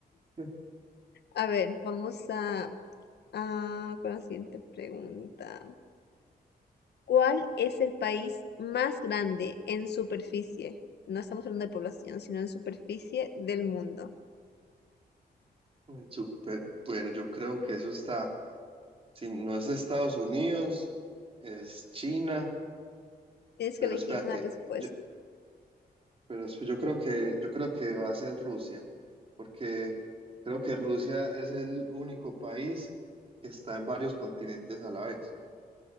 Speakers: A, on the right (about 35°); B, on the left (about 80°).
A: <laughs>
B: A ver, vamos a, a con la siguiente pregunta. ¿Cuál es el país más grande en superficie? No estamos hablando de población, sino en superficie del mundo.
A: Súper. Bueno, yo creo que eso está. Si no es Estados Unidos, es China.
B: Tienes
A: Pero
B: que elegir
A: espérate,
B: una respuesta.
A: yo, pero es- yo creo que yo creo que va a ser Rusia, porque creo que Rusia es el único país que está en varios continentes a la vez.